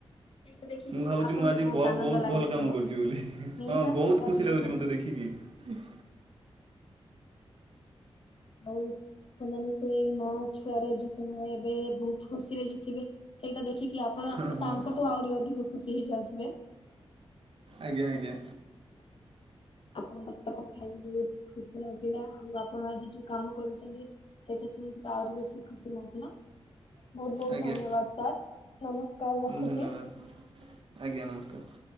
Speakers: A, on the left; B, on the right.
A: ସେଇଟା ଦେଖିକି
B: ମୁଁ ଭାବୁଛି
A: ସାର୍ ଆପଣଙ୍କୁ
B: ମୁଁ ଆଜି
A: ବହୁତ
B: ବ ବ
A: ଆନନ୍ଦ
B: ବୋହୁତ୍
A: ଲାଗିଥିବ
B: ଭଲ କାମ କର୍ଚି ବୋଲି
A: ନିହାତି
B: ହଁ ବୋହୁତ୍
A: ସାର୍
B: ଖୁସି
A: ନିହାତି।
B: ଲାଗୁଛି ମତେ ଦେଖିକି। ହୁଁ।
A: ଆଉ ସେମାନେ ସେଇ ମା ଛୁଆରେ ଯୋଉ ସମୟ ଏବେ ବୋହୁତ ଖୁସି ରେ ଯିତିବେ ସେଇଟା ଦେଖିକି ଆ ତ
B: ହଁ ହଁ
A: ତାଙ୍କଠୁ ଆହୁରି ଅଧିକ ଖୁସି ହେଇଯାଉଥିବେ।
B: ଆଜ୍ଞା ଆଜ୍ଞା।
A: <unintelligible> ଆପଣଙ୍କ ସହିତ କଥା ହେଇକି ବହୁତ ଖୁସି ଲାଗଥିଲା ଆଉ ଆପଣ ଆଜି ଯୋଉ କାମ କରିଛନ୍ତି। ସେଇଟା ଶୁଣିକି ଆହୁରି ବେଶୀ ଖୁସି ଲାଗିଲା। ବହୁତ ବହୁତ
B: ଆଜ୍ଞା
A: ଧନ୍ୟବାଦ ସାର୍ ନମସ୍କାର ରଖୁଛି।
B: ଧନ୍ୟବାଦ ଆଜ୍ଞା ନମସ୍କାର।